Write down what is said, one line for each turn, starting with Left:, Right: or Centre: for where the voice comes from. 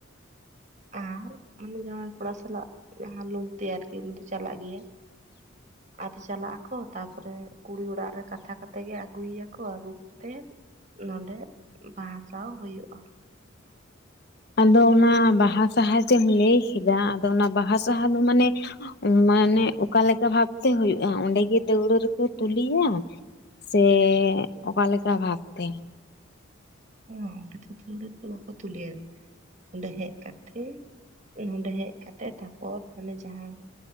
Right: ᱟᱨ ᱢᱟᱱᱮ ᱡᱟᱶᱟᱭ ᱠᱚᱲᱟ ᱥᱟᱞᱟᱜ ᱡᱟᱦᱟᱸ ᱞᱩᱝᱛᱮ ᱟᱨ ᱠᱤ ᱩᱱᱤ ᱫᱚ ᱪᱟᱞᱟᱜ ᱜᱮᱭᱟᱭ᱾ ᱟᱫ ᱪᱟᱞᱟᱜ-ᱟ ᱠᱚ, ᱛᱟᱨᱯᱚᱨᱮ ᱠᱩᱲᱤ ᱚᱲᱟᱜ ᱨᱮ ᱠᱟᱛᱷᱟ ᱠᱟᱛᱮᱜ ᱜᱮ ᱟᱜᱩᱭ ᱭᱟᱠᱚ ᱟᱜᱩᱼᱼ ᱛᱮᱜ ᱱᱚᱸᱰᱮ ᱮ ᱵᱟᱦᱟ ᱥᱟᱶ ᱦᱳᱭᱳᱜ-ᱟ᱾
Left: ᱟᱫᱚ ᱚᱱᱟ ᱵᱟᱦᱟ ᱥᱟᱦᱟ ᱡᱮᱢ ᱞᱟᱹᱭ ᱠᱮᱫᱟ, ᱟᱫᱚ ᱚᱱᱟ ᱵᱟᱦᱟ ᱥᱟᱦᱟ ᱫᱚ ᱢᱟᱱᱮ ᱩᱸᱻ ᱢᱟᱱᱮ ᱚᱠᱟ‌ᱞᱮᱠᱟ ᱵᱷᱟᱵᱽ ᱛᱮ ᱦᱩᱭᱩᱜ-ᱟ, ᱚᱱᱰᱮ ᱜᱮ ᱫᱟᱹᱣᱲᱟᱹ ᱨᱮᱠᱚ ᱛᱩᱞᱤᱭᱟ ᱥᱮ ᱚᱠᱟ ᱞᱮᱠᱟ ᱵᱷᱟᱵᱽ ᱛᱮ?
Right: ᱚᱻ ᱚᱸᱰᱮ ᱫᱚ ᱪᱟᱹᱶᱲᱟᱹ ᱨᱮ ᱫᱚ ᱵᱟᱠᱚ ᱛᱩᱞᱮ ᱭᱟ᱾ ᱚᱸᱰᱮ ᱦᱮᱡ ᱠᱟᱛᱮᱜ, ᱱᱚᱱᱰᱮ ᱦᱮᱡ ᱠᱟᱛᱮᱜ ᱛᱟᱨᱯᱚᱨ ᱢᱟᱱᱮ ᱡᱟᱦᱟᱸ